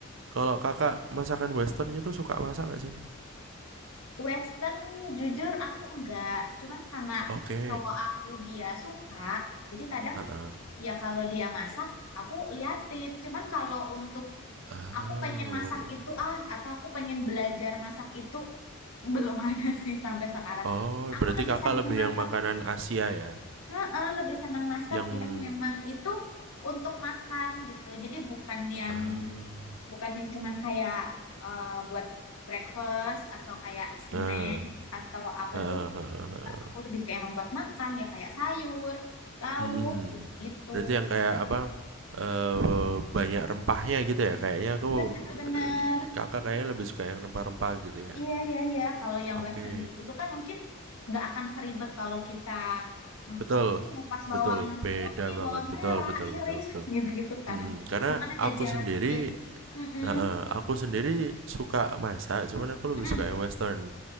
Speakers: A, on the right; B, on the left.
A: kalau kakak masakan western itu suka masak nggak sih?
B: Western, jujur aku enggak. Cuman karena
A: Oke,
B: cowok aku dia suka, jadi kadang
A: Heeh.
B: Ya kalau dia masak, aku liatin. Cuman kalau untuk
A: Oh,
B: aku pengen masak itu ah, atau aku pengen belajar masak itu <laughs> belum ada sih sampai sekarang.
A: oh
B: Aku
A: berarti
B: lebih
A: kakak
B: senang
A: lebih
B: masak,
A: yang makanan Asia ya,
B: Heeh, lebih senang masak
A: yang
B: yang memang itu untuk makan gitu. Jadi bukan yang
A: oh,
B: bukan yang cuman kayak eh, buat breakfast atau kayak snack
A: eh,
B: atau apa
A: heeh,
B: tuh.
A: heeh, heeh.
B: Nah, Aku lebih kayak emang buat makan ya kayak sayur, lauk
A: Mhm.
B: gitu-gitu.
A: Berarti yang kayak apa, eee, banyak rempahnya gitu ya? Kayaknya aku,
B: Bener-bener.
A: eee, Kakak kayaknya lebih suka yang rempah-rempah gitu ya?
B: Iya, iya, iya. Kalau yang
A: Oke.
B: Western gitu-gitu kan mungkin nggak akan seribet kalau kita mm,
A: Betul
B: apa sih ngupas
A: betul,
B: bawang
A: beda
B: putih,
A: banget,
B: bawang
A: betul
B: merah,
A: betul
B: iris
A: betul betul.
B: <laughs> gitu-gitu kan.
A: Mhm, karena
B: Bahkan ada
A: aku
B: jahe.
A: sendiri
B: Mm-mm,
A: heeh, aku sendiri suka masak, cuman aku lebih
B: mm-mm.
A: suka yang western.